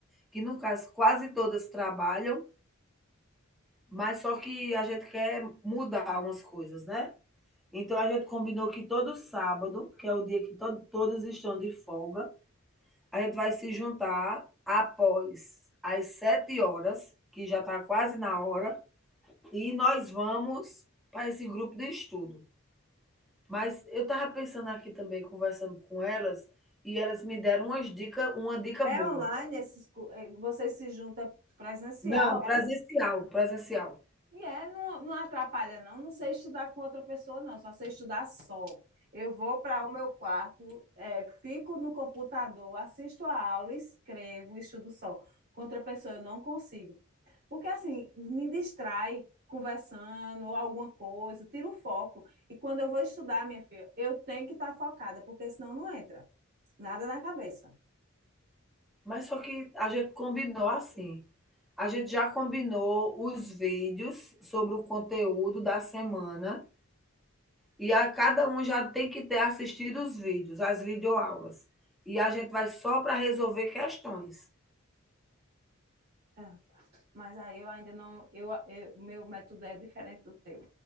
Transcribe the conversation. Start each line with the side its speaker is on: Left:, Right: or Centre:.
Centre: que no caso quase todas trabalham, mas só que a gente quer mudar umas coisas, né? Então a gente combinou que todo sábado, que é o dia que to todas estão de folga, a gente vai se juntar após as sete horas, que já está quase na hora, e nós vamos para esse grupo de estudo. Mas eu estava pensando aqui também, conversando com elas, e elas me deram umas dicas, uma dica
Right: É
Centre: boa
Right: online, esses, cu- eh, Vocês se juntam presencial?
Centre: Não, presencial, presencial.
Right: E é, não, não atrapalha, não. Não sei estudar com outra pessoa, não. Só sei estudar só. Eu vou para o meu quarto, é, fico no computador, assisto a aula, escrevo, estudo só. Com outra pessoa eu não consigo. Porque, assim, me distrai conversando ou alguma coisa, tiro o foco. E quando eu vou estudar, minha filha, eu tenho que estar focada, porque senão não entra nada na cabeça.
Centre: Mas só que a gente combinou assim, a gente já combinou os vídeos sobre o conteúdo da semana e a cada um já tem que ter assistido os vídeos, as videoaulas. E a gente vai só para resolver questões.
Right: Ah, tá. Mas aí eu ainda não, eu, eu- meu método é diferente do teu.